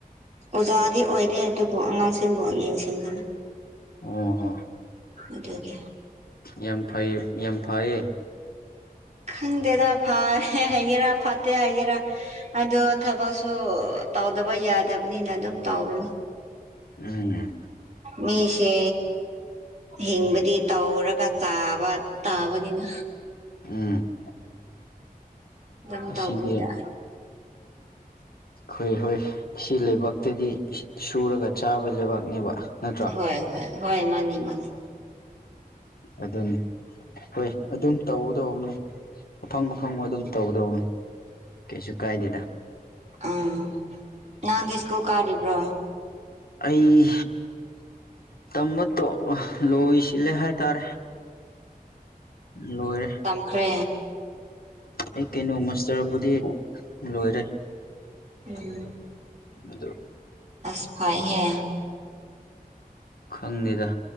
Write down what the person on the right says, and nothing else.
ꯑꯣꯖꯥꯗꯤ ꯑꯣꯏꯗꯦ ꯑꯗꯨꯕꯨ ꯑꯉꯥꯡꯁꯤꯡꯕꯨ ꯌꯦꯡꯁꯤꯟꯕꯅ
ꯑꯗꯨꯒꯤ
ꯈꯪꯗꯦꯗ ꯐꯥ ꯍꯥꯏꯒꯦꯔ ꯐꯥꯠꯇꯦ ꯍꯥꯏꯒꯦꯔ ꯑ ꯊꯕꯛꯁꯨ ꯇꯧꯗꯕ ꯌꯥꯗꯕꯅꯤꯅ ꯑꯗꯨꯝ ꯇꯧꯕꯅꯤ
ꯃꯤꯁꯦ ꯍꯤꯡꯕꯗꯤ ꯇꯧꯔꯒ ꯆꯥꯕ ꯇꯥꯕꯅꯤꯅꯦ
ꯑꯗꯨꯝ
ꯇꯧꯕꯅꯤꯗ
ꯍꯣꯏ ꯍꯣꯏ ꯍꯣꯏ ꯃꯥꯅꯤ ꯃꯥꯅꯤ
ꯎꯝ ꯅꯪꯗꯤ ꯏꯀꯜ ꯀꯥꯔꯤꯕ꯭ꯔꯣ
ꯎꯈ꯭ꯔꯦ
ꯎꯝ
ꯑꯁ ꯐꯥꯏ ꯍꯦ